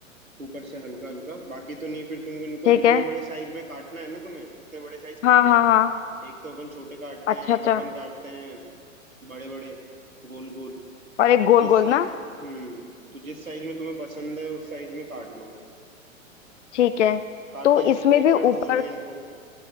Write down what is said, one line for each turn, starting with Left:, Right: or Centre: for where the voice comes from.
Right: ऊपर से हल्का हल्का बाकी तो नहीं फिर तुमको इनको
Left: ठीक
Right: जितने
Left: है
Right: बड़े साइज में काटना है ना तुम्हें जितने बड़े साइज
Left: हाँ
Right: खाने
Left: हाँ
Right: हैं
Left: हाँ
Right: एक तो अपन छोटे काटते
Left: अच्छा
Right: हैं एक
Left: अच्छा
Right: अपन काटते हैं बड़े बड़े गोल गोल
Left: और एक
Right: तो
Left: गोल
Right: जिस
Left: गोल
Right: साइज
Left: ना
Right: हम्म तो जिस साइज में तुम्हें पसंद है उस साइज में काट लो
Left: ठीक है
Right: काटने
Left: तो
Right: से
Left: इसमें
Right: पहले एक
Left: भी
Right: बार
Left: ऊपर
Right: धो लो इनको